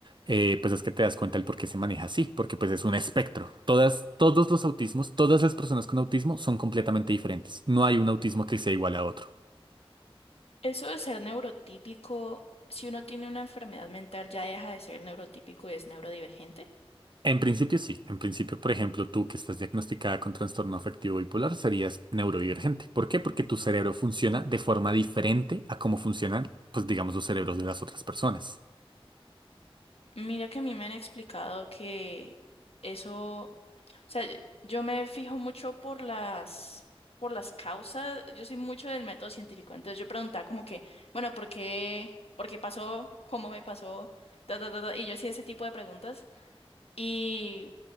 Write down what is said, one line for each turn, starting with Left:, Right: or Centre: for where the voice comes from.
Right: eh, pues es que te das cuenta el por qué se maneja así, porque pues es un espectro. Todas, todos los autismos, todas las personas con autismo son completamente diferentes. No hay un autismo que sea igual a otro.
Left: Eso de ser neurotípico, si uno tiene una enfermedad mental ya deja de ser neurotípico y es neurodivergente.
Right: En principio sí. En principio, por ejemplo, tú que estás diagnosticada con trastorno afectivo bipolar serías neurodivergente. ¿Por qué? Porque tu cerebro funciona de forma diferente a cómo funcionan, pues digamos, los cerebros de las otras personas.
Left: Mira que a mí me han explicado que eso... sea, yo yo me fijo mucho por las, por las causas. Yo soy mucho del método científico. Entonces yo preguntaba como que, bueno, ¿por qué? ¿Por qué pasó? ¿Cómo me pasó? Ta, ta, ta, ta, Y yo hacía ese tipo de preguntas. Y